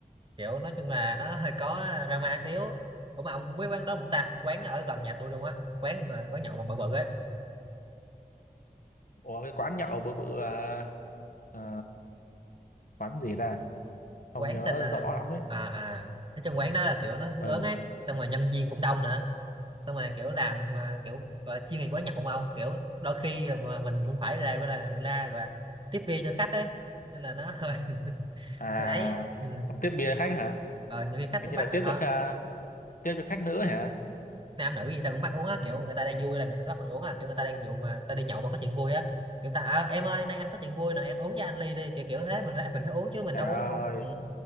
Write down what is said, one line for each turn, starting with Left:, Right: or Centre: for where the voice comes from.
Right: kiểu nói chung là nó hơi có drama xíu ủa mà ông biết quán đó cũng ta quán ở gần nhà tôi luôn á quán mà quán nhậu mà bự bự ấy
Left: Ủa, cái quán nhậu bự bự ờ, ờ, quán gì ta không
Right: quán
Left: nhớ
Right: tên là
Left: rõ lắm ấy
Right: à à nói chung quán đó là kiểu nó lớn
Left: ừ
Right: ấy xong rồi nhân viên cũng đông nữa xong rồi kiểu làm à, kiểu gọi là chuyên nghiệp quán nhậu mà ông kiểu đôi khi mà mình cũng phải ra gọi là ra và tiếp bia cho khách ấy nên là nó hơi <laughs>
Left: à
Right: hơi ấy ừ.
Left: ông tiếp bia khách hả
Right: ờ, nhiều khi khách
Left: hình
Right: cũng
Left: như
Right: bắt
Left: là tiếp
Right: ờ
Left: cho khách, tiếp cho khách nữ hả
Right: nam nữ gì ta cũng bắt uống á kiểu người ta đang vui là người ta bắt mình uống à kiểu người ta đang dụ mà người ta đi nhậu mà có chuyện vui á người ta à, em ơi nay anh có chuyện vui nè em uống cho anh ly đi kiểu kiểu thế mình phải mình phải uống chứ mình
Left: Trời
Right: đâu
Left: ơi,
Right: uống không ừ,